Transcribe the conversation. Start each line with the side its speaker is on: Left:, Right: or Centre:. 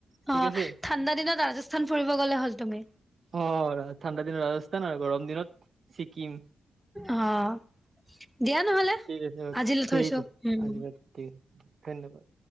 Right: ঠিক
Centre: অ'
Right: আছে।
Centre: ঠাণ্ডা দিনত ৰাজস্থান ফুৰিব গলে হ'ল তুমি।
Right: অ' ঠাণ্ডা দিনত ৰাজস্থান আৰু গৰম দিনত ছিকিম
Centre: অ' দিয়া নহ'লে।
Right: ঠিক আছে,
Centre: আজিলৈ
Right: ঠিক
Centre: থৈছো
Right: আছে
Centre: উম।
Right: আজিলৈ ঠিক আছে। ধন্যবাদ।